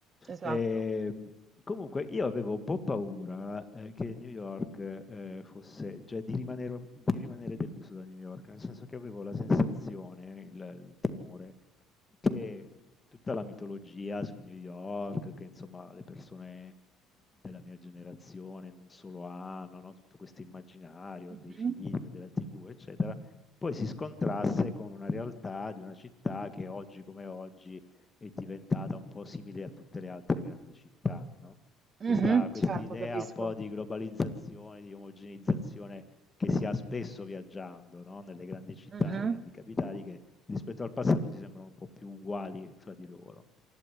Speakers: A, on the right; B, on the left.
A: esatto.
B: Ehm, comunque io avevo un po' paura, ehm, che New York, ehm, fosse cioè di rimanere di rimanere deluso da New York, nel senso che avevo la sensazione, il il timore, che mh, tutta la mitologia su New York, che insomma le persone della mia generazione non solo hanno, no? Tutto questo immaginario
A: Mhm,
B: dei film, della TV, eccetera, poi si scontrasse con una realtà di una città che oggi come oggi è diventata un po' simile a tutte le altre grandi città, no?
A: mhm,
B: Questa, questa
A: certo,
B: idea
A: capisco.
B: un po' di globalizzazione, di omogenizzazione che si ha spesso viaggiando, no? Nelle grandi città,
A: Mhm,
B: nelle grandi capitali, che rispetto al passato ti sembrano un po' più uguali fra di loro.